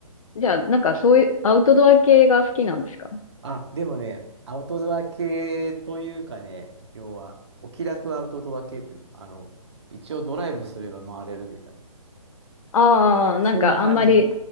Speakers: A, on the left (about 65°); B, on the right (about 50°).
A: じゃあ、なんかそういう、アウトドア系が好きなんですか
B: あ、でもね、アウトドア系というかね、要は、お気楽アウトドア系っていうの、あの、一応ドライブすれば回れるみたいな。
A: ああ、なんかあんまり、
B: そんな感じ。